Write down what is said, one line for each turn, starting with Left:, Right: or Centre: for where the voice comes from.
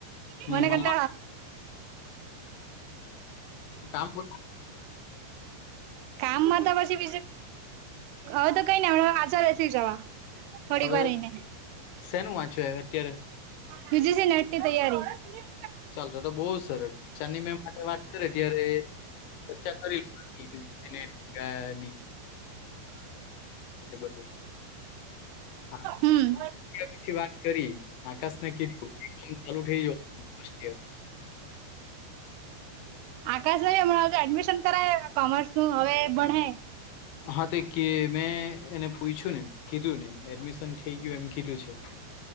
Right: મને
Left: મમ્મા
Right: ઘટ
Left: કામ પર.
Right: કામમાં હતા પછી બીજું. હવે તો કઈ નઈ હમણા વાચા રસી જવા. થોડીક
Left: હવે
Right: વાર રહીને
Left: શેનું વાંચ્યું અ ત્યારે.
Right: બીજીસી નેટની તૈયારી.
Left: ચાલ ત તો બહુ સરસ ચાની મે માટે વાત કરે ત્યારે. ચર્ચા કરી લ એ <unintelligible> હા
Right: હમ
Left: પછી વાત કરી આકાશ ને કીધું ચાલુ થઈ ગ. મિસ ત્યા.
Right: આકાશ ન હમણાં તો એડમિશન કરાવે કોમર્સ નું હવે ભણ.
Left: હા તે મેં એને પૂછ્યું ને કીધું ને એડમિશન. થ એમ કીધું છે,